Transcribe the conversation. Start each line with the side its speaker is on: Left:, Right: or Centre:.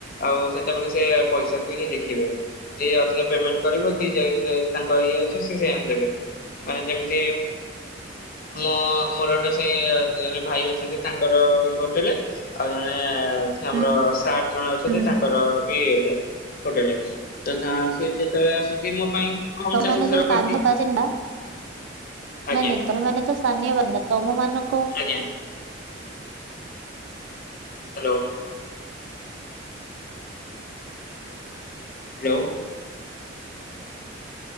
Left: ଆଉ ସେତେବେଳେ ସେ ପଇସାକୁ ହିଁ ଦେଖିବେ। ଯିଏ ଅଧିକ ପେମେଣ୍ଟ କରିବ କି ଯାଇ ତାଙ୍କ ଇଏ। ସେ ସିଏ ଆଣିଦେବେ ମାନେ ଯେମିତି। ମୋ ମୋର ଗୋଟେ ସେ ଜଣେ ଭାଇ ଅଛନ୍ତି ତାଙ୍କର ହୋଟେଲ। ଆଉ ଜଣେ ସେ
Right: କହି
Left: ଆମର ସାର୍ ଜଣେ ଅଛନ୍ତି
Right: ହୁଁ ହୁଁ
Left: ତାଙ୍କର ବି ହୋଟେଲ। ତ ତାଙ୍କର ସିଏ ଯେତେବେଳେ ଆସନ୍ତି ମୋ ପାଇଁ। କମ
Right: ତା
Left: ଚାର୍ଜେସ୍
Right: ମାନେ ଯୋଉ।
Left: ରଖନ୍ତି
Right: ସ୍ଥାନୀୟ ବାସିନ୍ଦା
Left: ଆଜ୍ଞା
Right: ନାଇଁ ନାଇଁ ତମେ ମାନେ ତ ସ୍ଥାନୀୟ ବାସିନ୍ଦା ତମ ମାନଙ୍କ।
Left: ଆଜ୍ଞା ହ୍ୟାଲୋ। ହ୍ୟାଲୋ।